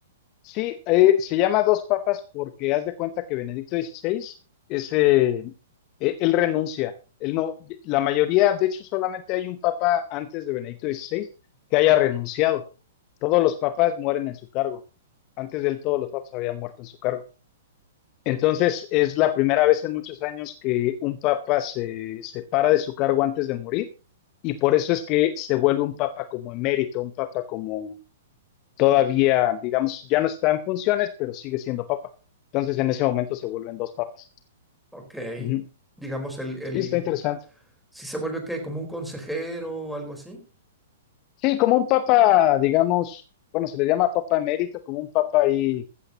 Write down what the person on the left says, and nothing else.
Sí, eh, se llama Dos Papas porque haz de cuenta que Benedicto XVI, ese, eh, él renuncia. Él no, la mayoría, de hecho, solamente hay un papa antes de Benedicto XVI que haya renunciado. Todos los papas mueren en su cargo. Antes de él, todos los papas habían muerto en su cargo. Entonces, es la primera vez en muchos años que un papa se separa de su cargo antes de morir, y por eso es que se vuelve un papa como emérito, un papa como todavía, digamos, ya no está en funciones, pero sigue siendo papa. Entonces, en ese momento se vuelven dos papas.
Ujú.
Sí, está interesante.
Sí, como un papa, digamos, bueno, se le llama papa emérito, como un papa ahí,